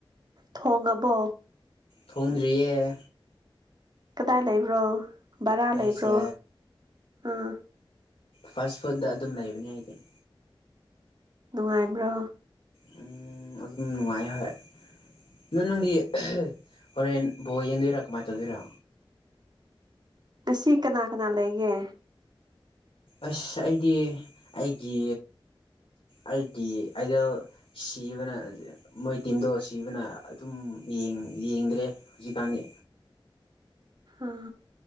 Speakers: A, on the right; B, on the left.
A: ꯊꯣꯡꯉꯕꯣ
B: ꯊꯣꯡꯗ꯭ꯔꯤꯌꯦ
A: ꯀꯗꯥꯏ ꯂꯩꯕ꯭ꯔꯣ ꯕꯔꯥ
B: ꯑꯩꯁꯦ
A: ꯂꯩꯕ꯭ꯔꯣ ꯑꯥ
B: ꯐꯥꯁ ꯐꯨꯗ ꯑꯗꯨꯝ ꯂꯩꯕꯅꯤ ꯍꯥꯏꯗꯤ
A: ꯅꯨꯡꯉꯥꯏꯕ꯭ꯔꯣ
B: ꯎꯝ ꯑꯗꯨꯝ ꯅꯨꯡꯉꯥꯏ ꯍꯣꯏ ꯅꯗꯣ ꯅꯪꯗꯤ ꯍꯣꯔꯦꯟ ꯕꯣ ꯌꯦꯡꯗꯣꯏꯔꯥ ꯀꯃꯥꯏꯅ ꯇꯧꯗꯣꯏꯔ
A: ꯑꯁꯤ ꯀꯅꯥ ꯀꯅꯥ ꯂꯩꯒꯦ
B: ꯑꯁ ꯑꯩꯗꯤ ꯑꯩꯒꯤ ꯑꯩꯗꯤ ꯑꯗ ꯁꯤꯕꯅ ꯃꯣꯏ ꯇꯤꯝꯗꯣ ꯁꯤꯕꯅ ꯑꯗꯨꯝ ꯌꯦꯡꯗ꯭ꯔꯦ ꯍꯧꯖꯤꯛꯀꯥꯟꯗꯤ
A: ꯎ